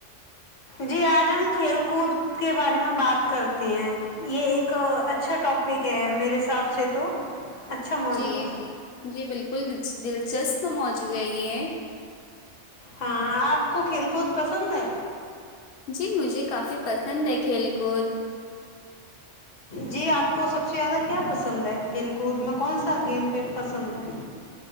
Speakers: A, on the left; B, on the left.
A: جی آج ہم کھیل کود کے بارے میں بات کرتے ہیں یہ ایک ا اچھا ٹاپک ہے میرے حساب سے تو اچھا موضوع
B: جی
A: ہے
B: جی بالکل دی دلچسپ موجوع ہے یہ ہے
A: ہاں آپ کو کھیل کود پسند ہے
B: جی مجھے کافی پسند ہے کھیل کود
A: جی آپ کو سب سے زیادہ کیا پسند ہے کھیل کود میں کون سا گیم گیم پسند ہے